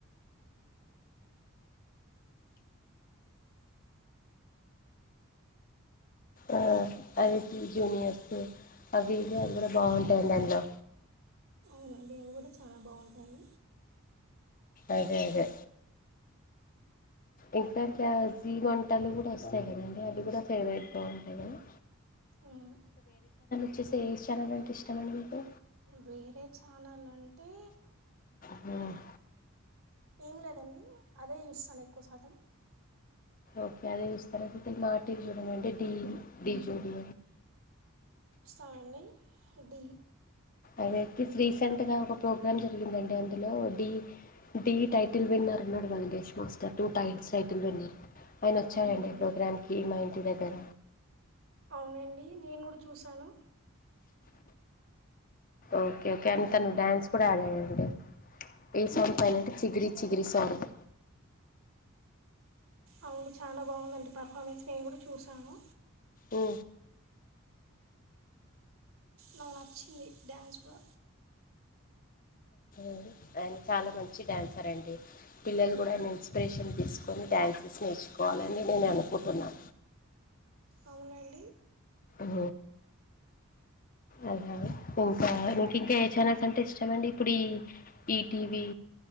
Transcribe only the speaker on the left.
ఆ అది త్రీ జూనియర్స్ అవివి అవి కూడా బాగుంటాయండి అందులో
అదే అదే ఇంకాంటే జీ వంటలు కూడ వస్తయి కదండి అవి కూడ ఫేవరెట్ గా ఉంటయి కదా
వచ్చేస్ ఏస్ ఛానల్ అంటే ఇష్టమండి మీకు
అమ
ఓకే అదే జూస్తర మాటీవీ చూ అంటే డీ డీ జోడీ
అదైతే రీసెంట్గా ఒక ప్రోగ్రాం జరిగిందండి అందులో డీ డీ టైటిల్ విన్నర్ ఉన్నాడు కదండి Yash master two times title winner ఆయన వచ్చారండి
ప్రోగ్రామ్కి మా ఇంటి దగ్గర
ఓకే కనీ తను డ్యాన్స్ కూడ ఆడాడండి ఏ సాంగ్ పైనంటె చిగిరి చిగిరి సాంగ్
ము
<inaudible> చాలా మంచి డ్యాన్సర్ అండి పిల్లలు కూడ ఆయన ఇన్స్పిరేషన్ తీసుకొని డ్యాన్సెస్ నేర్చుకోవాలని నేను అనుకుంటున
ఆ అలా ఇంక ఇంకా ఏ ఛానల్స్ అంటే ఇష్టమండి ఇప్పుడు ఈ ఈటీవి